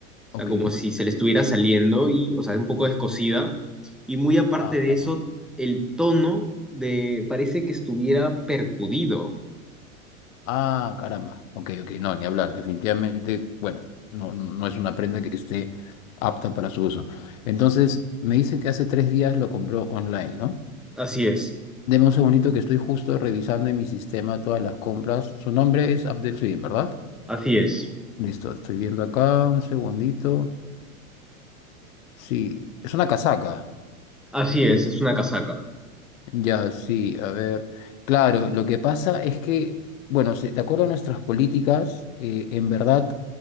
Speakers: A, in the centre; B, on the left.
A: sea,
B: Ok.
A: como si se le estuviera saliendo y, o sea, un poco descosida. Y muy aparte
B: Ah,
A: de
B: caramba.
A: eso, el tono de, parece que estuviera percudido.
B: Ah, caramba. Ok, ok. No, ni hablar. Definitivamente, bueno, no, no no es una prenda que esté apta para su uso. Entonces, me dice que hace tres días lo compró online, ¿no?
A: Así es,
B: Deme un segundito que estoy justo revisando en mi sistema todas las compras. Su nombre es Abdel Suyem, ¿verdad?
A: así es,
B: Listo, estoy viendo acá un segundito. Sí, es una casaca.
A: así es, es una casaca.
B: Ya, sí, a ver. Claro, lo que pasa es que, bueno, se- de acuerdo a nuestras políticas, eh, en verdad